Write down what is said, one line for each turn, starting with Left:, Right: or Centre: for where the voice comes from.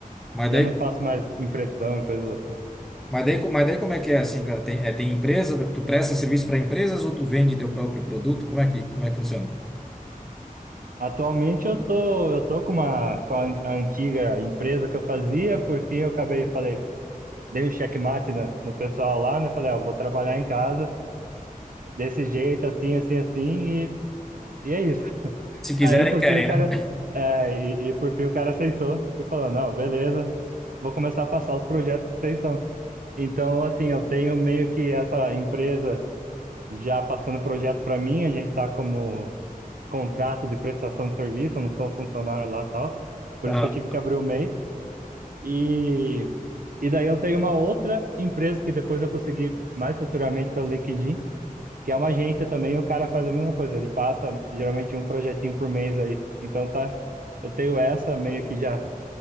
Centre: mas
Right: Já
Centre: daí
Right: não faço mais impressão e coisas assim.
Centre: Mas daí, co- mas daí como é que é assim, cara? Tem, é, tem empresa, tu presta serviço para empresas ou tu vende teu próprio produto? Como é que, como é que funciona?
Right: Atualmente eu tô, eu tô com uma, com a an- a antiga empresa que eu fazia, por fim eu acabei, falei, dei um checkmate no, no pessoal lá, né? Falei, ó, vou trabalhar em casa desse jeito, assim, assim, assim, e, e é isso. <laughs>
Centre: Se quiserem,
Right: Aí por
Centre: querem,
Right: fim o cara,
Centre: né?
Right: é, e, e por fim o cara aceitou e falou, não, beleza, vou começar a passar os projetos pra você então. Então, assim, eu tenho meio que essa empresa já passando projeto para mim, a gente tá como contrato de prestação de serviço, eu não sou funcionário lá e tal. Por
Centre: Ah,
Right: isso que eu tive que abrir o MEI. E, e daí eu tenho uma outra empresa que depois eu consegui mais futuramente pelo LinkedIn, que é uma agência também, e o cara faz a mesma coisa, ele passa geralmente um projetinho por mês aí. Então tá, eu tenho essa meio que já